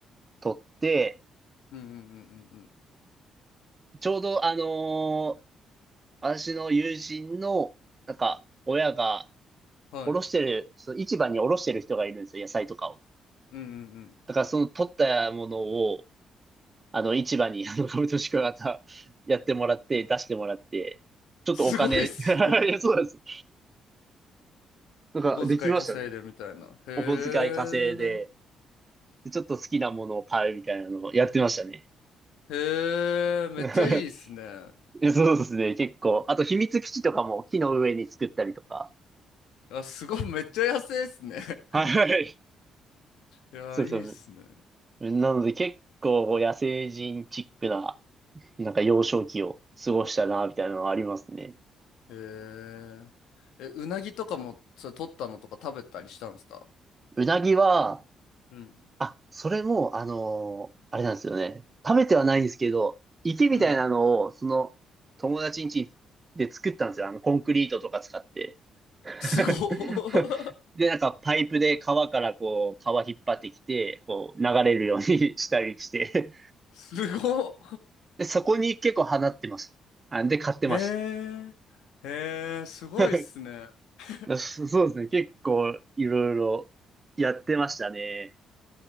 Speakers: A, on the right; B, on the left.
A: 取って、
B: うんうんうんうん
A: ちょうど、あのー私の友人の、なんか、親が、
B: うん。はい。
A: おろしてる、
B: うん
A: その市場におろしてる人がいるんですよ、野菜とかを。
B: うんうん。
A: だからその取ったものを、あの、市場に、<laughs> あの、株と宿泊型やってもらって、出してもらって、ちょっとお金、
B: すごいっすね。
A: <laughs> いやそうなんです。
B: <laughs>
A: なんか、
B: お小遣い稼いでみたいな。
A: できましたね。
B: へ
A: お小遣い稼いで、
B: え。
A: でちょっと好きなものを買うみたいなのをやってましたね。
B: へえ。めっちゃいいっすね。
A: <laughs> えそうですね、結構。あと、秘密基地とかも木の上に作ったりとか。
B: あ、すごい、めっちゃ安いっすね。<laughs>
A: はい。
B: いやー、
A: そうそう。
B: いいっすね。
A: なので、結構野生人チックな、なんか幼少期を過ごしたな、みたいなのはありますね。
B: えー、え、うなぎとかも、それ取ったのとか食べたりしたんですか
A: うなぎは、
B: うん。
A: あ、それも、あのーあれなんですよね。食べてはないんですけど、池みたいなのを、
B: うん。
A: その、友達ん家で作ったんですよ。あの、コンクリートとか使って。<laughs>
B: すごっ
A: で、なんか、パイプで川からこう、川引っ張ってきて、こう、流れるように <laughs> したりして。
B: <laughs> すごっ
A: で、そこに結構放ってました。あ、で、買ってまし
B: <laughs> へえ、へえ、すごいっすね。
A: た。<laughs> い
B: <laughs>
A: やそそうですね。結構、いろいろやってましたね。